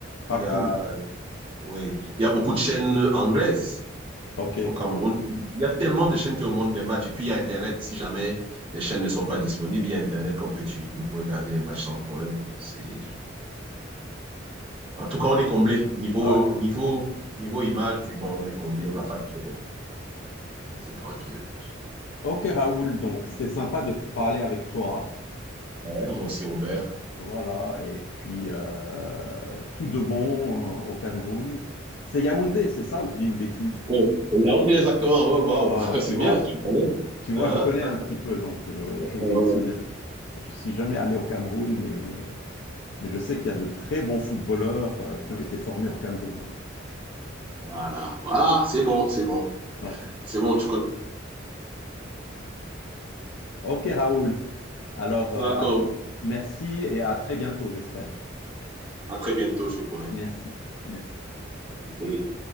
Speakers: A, on the left; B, on the right.
A: Ah,
B: Il y a,
A: cool.
B: ouais, il y a beaucoup de chaînes anglaises
A: Ok,
B: au Cameroun. Il y a tellement de chaînes qui remontent les matchs. Et puis, il y a Internet. Si jamais les chaînes ne sont pas disponibles, il y a Internet qu'on peut utiliser pour regarder les matchs sans problème. C'est En tout cas, on est comblé. Niveau,
A: ouais.
B: niveau, niveau image, c'est bon, on est comblé, on n'a pas de problème. C'est tranquille.
A: Ok Raoul, donc c'était sympa de parler avec toi.
B: Ouais, moi aussi, Robert.
A: Voilà, et puis euh, tout de bon euh, au Cameroun. C'est Yaoundé, c'est ça ou je dis une bêtise?
B: Oh, Yaoundé, exactement. Ouais, Waouh,
A: Ah
B: <laughs>
A: ouais,
B: c'est
A: tu vois,
B: bien. Tu connais.
A: tu vois,
B: Uh-huh.
A: je connais un
B: <laughs>
A: petit peu, donc je, je-
B: Oh.
A: je me souviens. Je suis jamais allé au Cameroun, mais, mais je sais qu'il y a de très bons footballeurs euh, qui ont été formés au Cameroun. hein.
B: Voilà, voilà, c'est bon, c'est bon.
A: Ouais.
B: C'est bon, tu connais.
A: Ok Raoul, alors euh,
B: D'accord.
A: à- merci et à très bientôt, j'espère.
B: À très bientôt, je te promets.
A: Merci, merci.
B: Oui.